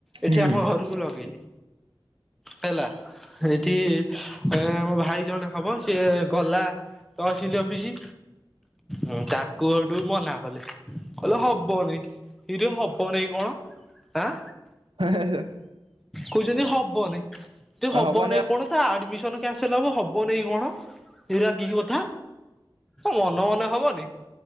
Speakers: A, in the centre; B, on the right (about 80°).
A: ଏଠି
B: ହୁଁ।
A: ଆମ ଘରକୁ ଲଗେଇଲି। ହେଲା ଏଠି ହେ ମୋ ଭାଇ ଜଣେ ହବ ସିଏ ଗଲା। ତ ସିଲି ଅଫିସି। ହଁ ତାକୁ ହେଟୁ ମନା କଲେ। କଇଁଲେ ହବନି। ଇରେ ହବନି କଣ? ଆଁ।
B: ହେଁ ହେଁ।
A: କହୁଛନ୍ତି ହବନି। ଇ ହବନିଁ
B: ହବନି
A: କ ଆଡମିସନ କ୍ୟାନସଲ ହବ ହବନେଇଁ କଣ? ଏଗୁରା କି କଥା। ମନେ ମନେ ହବନି।